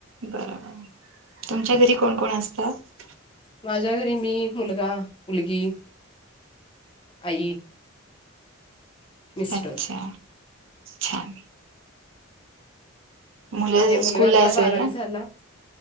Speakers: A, on the right (about 65°); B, on the left (about 25°).
A: बर, तुमच्या घरी कोण कोण असतात?
B: माझ्या घरी मी, मुलगा, मुलगी, आई. मिस्टर
A: अच्छा छान. मुलं
B: आहे
A: स्कूलला
B: मुलगा आता
A: असेल
B: बारावी
A: ना?
B: झाला.